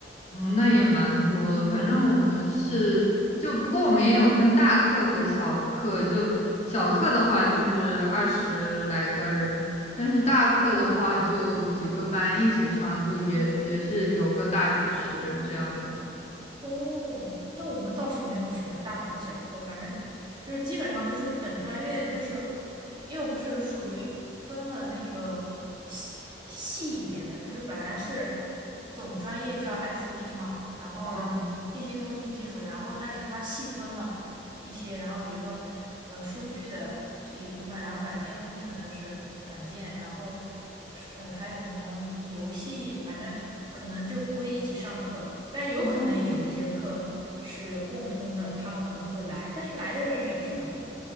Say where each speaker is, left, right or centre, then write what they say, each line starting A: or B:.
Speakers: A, on the left; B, on the right.
A: 嗯，那也蛮多的。反正我们是就，不过我们也有分大课和小课。就小课的话，就是二十来个人，但是大课的话，就几个班一起上，就也也是有个大几十人这样子。
B: 哦，那我们倒是没有什么大课小课，反正就是基本上就是本专业，就是因为我们是属于分了那个细细一点的，就是本来是总专业叫 ICT 嘛，然后信息通讯技术，
A: 哦
B: 然后但是它细分了，一些，然后比如说，呃，数据的是一部分，然后软件工程的是软件，然后是，呃，还有什么游戏，反正可能就不会一起上课，但有可能有一些课是共通的，
A: 哦
B: 他们可能会来，但是来的人也不是很多。